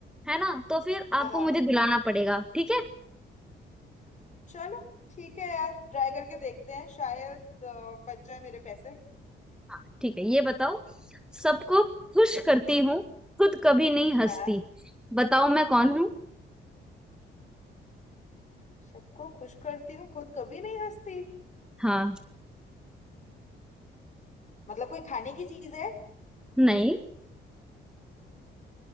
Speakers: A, in the centre; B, on the left.
A: है ना तो फिर
B: हाँ
A: आपको मुझे दिलाना पड़ेगा ठीक है
B: चलो ठीक है यार ट्राई करके देखते हैं शायद अ, बच जाए मेरे पैसे
A: हाँ ठीक है ये बताओ सबको खुश करती हूँ खुद कभी नहीं हंसती
B: हाँ
A: बताओ मैं कौन हूँ
B: सबको खुश करती हूँ खुद कभी नहीं हंसती
A: हाँ
B: मतलब कोई खाने की चीज है
A: नहीं